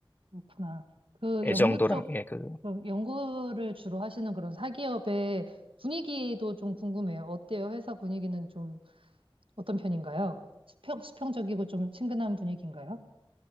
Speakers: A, on the right; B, on the left.
A: 그렇구나. 그
B: 애정도랑
A: 연구 쪽,
B: 예, 그
A: 그럼 연구를 주로 하시는 그런 사기업의 분위기도 좀 궁금해요. 어때요? 회사 분위기는 좀 어떤 편인가요? 수평, 수평적이고 좀 친근한 분위기인가요?